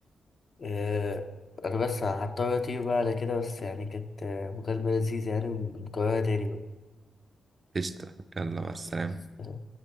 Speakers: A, on the left; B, on the right.
A: آه، انا بس هضطر اطير بقى على كده بس يعني كانت آه، مكالمة لذيذة يعني ونكررها تاني بقى
B: قشطة يلا مع السلامة
A: بس، آه،